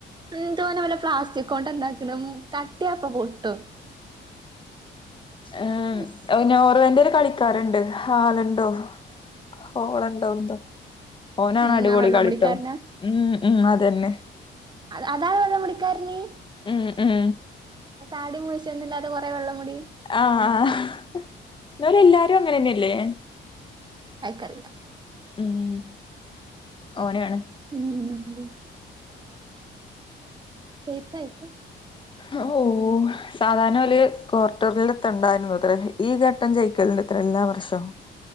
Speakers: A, on the right (about 20°); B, on the left (about 25°).
A: എന്തോനവന് പ്ലാസ്റ്റിക് കൊണ്ട് ഉണ്ടാക്ക്ണം തട്ടിയപ്പ പൊട്ടും.
B: ആഹ്
A: ഇശ്
B: നോർവേന്റെ ഒരു കളി. ക്കാറ്ണ്ട് ഹാല്ണ്ടോ ഹോളണ്ടോ എന്തോ. ഓനാണ്
A: ഉം
B: അടിപൊളി
A: ആ വെള്ളം
B: കളിട്ടോ
A: മുടിക്കാരനാ
B: ഉം ഉം അതെന്നെ.
A: അത അതാണ് വെള്ള മുടിക്കാരന്.
B: ഉം ഉം
A: താടി മീശൊന്നുല്ലാതെ കൊറെ വെള്ളമുടി.
B: ആഹ് ആഹ് എന്നാലും എല്ലാരും അങ്ങനെന്നെല്ലെ.
A: അയിക്കാറിയൂല.
B: മ്മ് ഓനാണ്.
A: ഉം ന്നാലും. സെര്ക്കയ്ക്ക്.
B: ആഹ് ഓ. സാധാര്ണ ഓല് ക്വാർട്ടറിൽ എത്തണ്ടായിരുന്നു അത്ര ഈ ഘട്ടം ജയിക്കല്ണ്ട്ത്ര എല്ലാവർഷം.